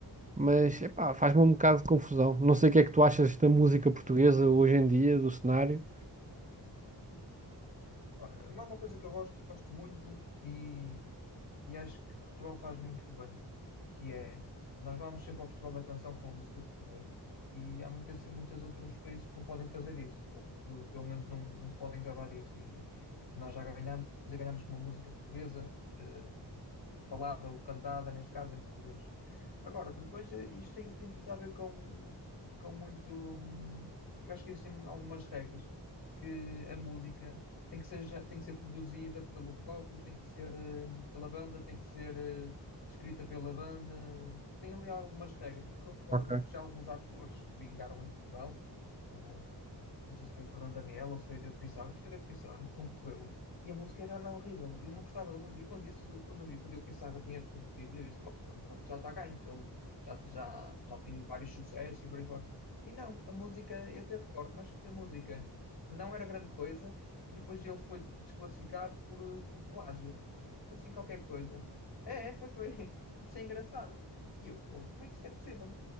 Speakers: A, on the right (about 20°); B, on the left (about 75°).
A: Mas epá, faz-me um bocado de confusão. Não sei o que é que tu achas da música portuguesa hoje em dia, do cenário.
B: Ó, É uma uma coisa que eu gosto e gosto muito e, e acho que Portugal faz muito bem, que é, nós vamos sempre ao Festival da Canção com a música portuguesa e há muitas, muitas outros países que não podem fazer isso, ou que pelo menos não, não se podem gabar disso e, e nós já ganhamos e ganhamos com uma música portuguesa, eh, falada ou cantada, neste caso, em português. Agora, depois, eh, isto tem, tem tudo a ver com, com muito. hum, Eu acho que existem algumas regras que a música tem que seja tem que ser produzida pelo próprio, tem que ser eh, pela banda, tem que ser eh, escrita pela banda. Tem ali algumas regras, porque eu recordo-me
A: Ok.
B: que já alguns atores que vingaram em Portugal, como não sei se foi o Fernando Daniel ou se foi o Diogo Pissarro, mas foi o Diogo Pissarro concorreu e a música era, era horrível. Eu não gostava da música. E quando, disse, quando eu vi que o Diogo Pissarro tinha concorrido, eu disse: "Bom, pronto, já está ganho, que ele já, já, já tem vários sucessos e por aí fora. E não, a música, eu até recordo, mas que a música não era grande coisa e depois ele foi desclassificado por, eh, por plágio. Foi assim qualquer coisa. É, é, foi, foi. <laughs> Achei engraçado. E eu, "Fogo, como é que isto é possível?